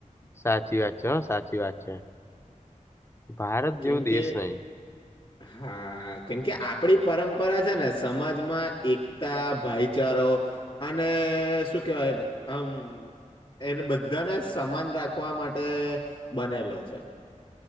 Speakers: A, on the left; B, on the left.
A: સાચી વાત છે હ સાચી વાત છે, ભારત
B: કેમ
A: જેવું દેશ
B: કે
A: નહીં.
B: હા કેમકે આપડી પરંપરા છે ને સમાજમાં એકતા ભાઈચા રો, અને શું કેવાય આમ એને બધાને સમાન રાખવા માટે બનેલો છે.